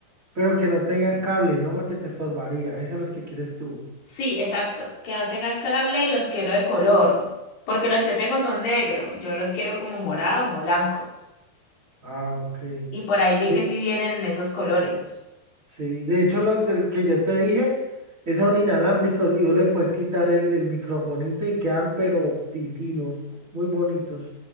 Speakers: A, on the right (about 20°); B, on the left (about 60°).
A: Pero que no tengan cable, ¿no? Porque te estorbaría. Esos son los que quieres tú.
B: Sí, exacto, que no tengan cable y los quiero de color, porque los que tengo son negro, y yo los quiero como morados o blancos.
A: Ah, ok.
B: Y por ahí vi
A: Mi-
B: que sí vienen en esos colores.
A: Sí, de hecho, los del que yo te dije, esos son inalámbricos y vos le puedes quitar el, el microfonito y quedan pero titinos, muy bonitos.